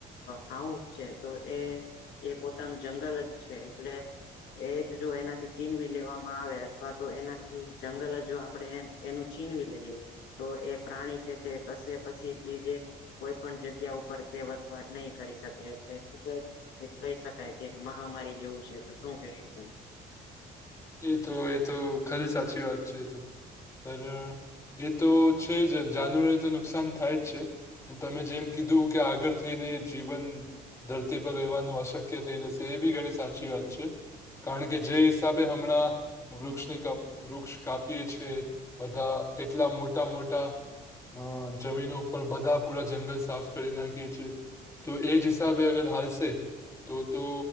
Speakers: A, on the left; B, on the left.
A: હાઉ છે, તો એ એ પોતાનું જંગલ જ છે, એટલે એજ જો એનાથી ચીન બી લેવામાં આવે. અથવા તો એનાથી જંગલ જો આપણે એનું છીનવી લઈએ, તો, એ પ્રાણી છે‌. તે કશે, પછી બીજે કોઈપણ જગ્યા ઉપર તે વસવાટ નહીં કરી શકે, એટલે ખુબ જ‌. એક કહી શકાય કે, મહામારી જેવું છે, તો શું કેશો તમે?
B: એતો એતો ખાલી સાચી વાત છે, એતો પણ. એતો છે, જ જાનવરોને તો નુકસાન થાય જ છે. તમે જેમ કીધું કે, આગળ થઈને જીવન. ધરતી પર રહેવાનું અશક્ય થઈ જશે, એબી ઘણી સાચી વાત છે, કારણ કે જે હિસાબે. હમણાં. વૃક્ષની કાપીએ, વૃક્ષ કાપીએ છે, બધા એટલા મોટા-મોટા. હ, જમીન ઉપર બધા પૂરા જંગલ સાફ કરી નાખી છીએ. તો એજ જ હિસાબે અગર હાલસે. તોતો